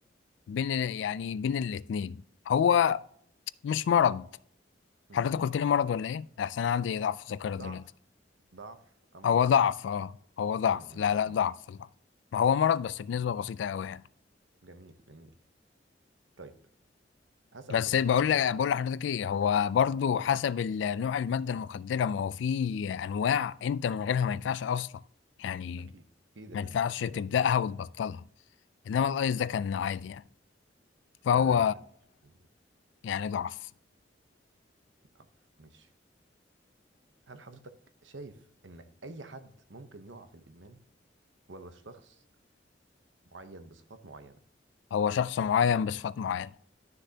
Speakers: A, on the left; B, on the right.
A: بين ال- يعني بين الاتنين هو مش مرض
B: مم.
A: حضرتك قلت لي مرض ولا ايه احسن أنا عندي ضعف ذاكره
B: ضعف
A: دلوقتي
B: ضعف أم
A: هو
B: مرض
A: ضعف اه هو ضعف
B: م -م
A: لا لا
B: -م.
A: ضعف ضعف ما هو مرض بس بنسبة بسيطة قوي يعني
B: جميل جميل طيب هسأل
A: بس
B: حضرتك
A: بقول
B: برضو
A: لك بقول لحضرتك ايه هو برضو
B: م.
A: حسب ال- نوع المادة المخدرة ما هو في انواع انت من غيرها ما ينفعش اصلا يعني
B: أكيد أكيد يا
A: ما
B: فندم
A: ينفعش
B: أكيد
A: تبدأها
B: يا فندم
A: وتبطلها انما الايس ده كان عادي يعني فهو
B: كلام جميل
A: يعني ضعف
B: ضعف ماشي هل حضرتك شايف إن أي حد ممكن يقع في الإدمان ولا شخص معين بصفات معينة؟
A: هو شخص معين بصفات معينة